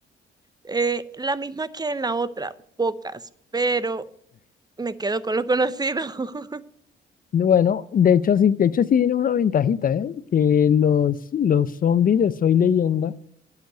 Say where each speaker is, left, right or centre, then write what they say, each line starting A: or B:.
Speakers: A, on the right; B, on the left.
A: Eh, la misma que en la otra, pocas, pero me quedo con lo conocido. <laughs>
B: Bueno, de hecho sí, de hecho sí tiene una ventajita, ¿eh? Que los, los zombies de Soy Leyenda,